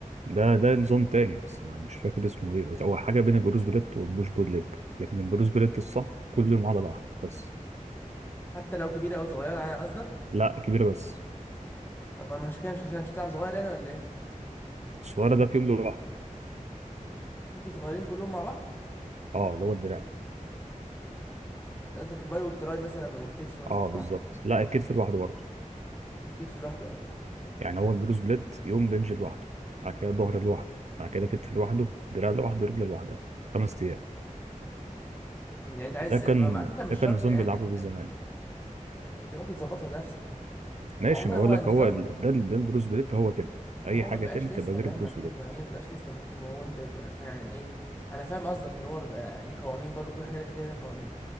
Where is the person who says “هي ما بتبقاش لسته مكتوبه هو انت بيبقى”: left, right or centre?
Left